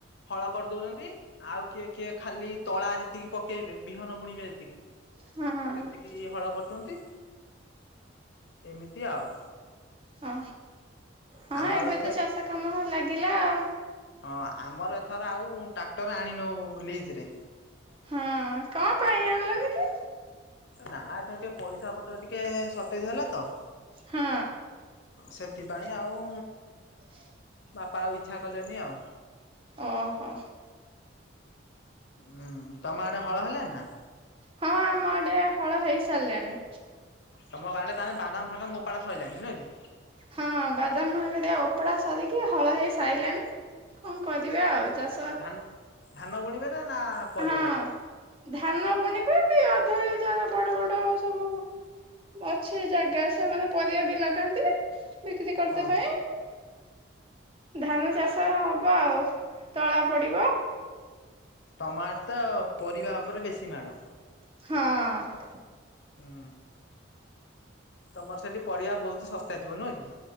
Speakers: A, on the left; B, on the right.
A: ହଳ କରିଦଉଛନ୍ତି ଆଉ କିଏ କିଏ ଖାଲି ତଳା ଯେତିକି ପକେଇବେ ବିହନ ବୁଣିବେ ଯେତିକି
B: ହଁ ହଁ
A: ସେତିକି ହଳ କରୁଛନ୍ତି ଏମିତି ଆଉ।
B: ହଁ ହଁ
A: ଆମର
B: ଏବେ
A: ଏଥର
B: ତ ଚାଷ କାମ ଲାଗିଲା ଆଉ।
A: ହଁ ଆମର ଏଥର ଆଉ ଟ୍ରାକ୍ଟର ଆଣି ନଉ ଲିଜ ରେ।
B: ହଁ କଣ ପାଇଁ ଆଣିଲନି କି?
A: ନା ଏଥର ଟିକେ ପଇସା ପତ୍ର ଟିକେ ସର୍ଟେଜ ହେଲା ତ
B: ହଁ।
A: ସେଥିପାଇଁ ଆଉ
B: <inaudible>
A: ବାପା ଆଉ ଇଚ୍ଛା କଲେନି ଆଉ।
B: ଓହୋ।
A: ହମ୍ ତମ ଆଡେ ହଳ ହେଲାଣିି ନା?
B: ହଁ ଆମ ଆଡେ ହଳ ହେଇ ସାରିଲାଣି।
A: ତମ ବାଡରେ ତାହେଲେ ବାଦାମ ଫାଦାମ ଉପାଡ଼ା ସଇଲାଣି ନୁହେଁ କି?
B: ହଁ ବାଦାମ ହେରିକା ଓପାଡ଼ା ସରିକି ହଳ ହେଇ ସାରିଲାଣି କଣ କରିବା ଆଉ। ଚାଷ
A: ଧାନ ଧାନ ବୁଣିବେ ନା ନା ପରିବା
B: ହଁ
A: ଲଗେଇବେ?
B: ଧାନ ବୁଣିବେ ବି ଅଧେ ଜାଗା ବଡ ବଡ ସବୁ ଅଛି ଜାଗା ସେମାନେ ପରିବା ବି ଲଗାନ୍ତି ବିକ୍ରି କରିତେ
A: ଓ
B: ପାଇଁ। ଧାନ ଚାଷ ହବ ଆଉ ତଳା ପଡିବ।
A: ତମ ଆଡେ ତ ପରିବା ଉପରେ ବେଶୀ ମାଡ଼।
B: ହଁ
A: ହୁଁ ତମର ସେଠି ପଡ଼ିଆ ବହୁତ ଶସ୍ତା ଥିବ ନୁହଁ କି?